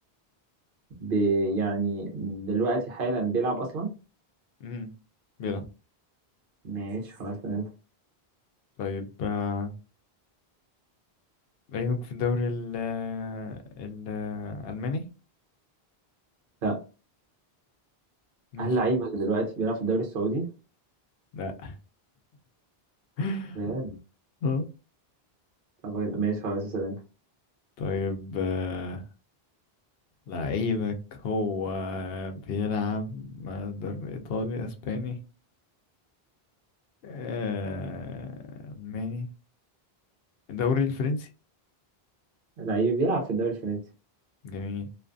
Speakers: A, on the right; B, on the left.
A: ب... يعني دلوقتي حالا بيلعب أصلا؟
B: امم بيلعب
A: ماشي خلاص اسأل أنت
B: طيب آه لعيبك في الدوري ال الالماني
A: لا
B: ماشي
A: هل لعيبك دلوقتي بيلعب في الدوري السعودي؟
B: لا <laughs>
A: بجد
B: آه،
A: طب ماشي خلاص اسأل أنت
B: طيب آه، لعيبك هو بيلعب مقدار إيطالي أسباني آه، ألماني الدوري الفرنسي
A: لعيبي بيلعب في الدوري الفرنسي
B: جميل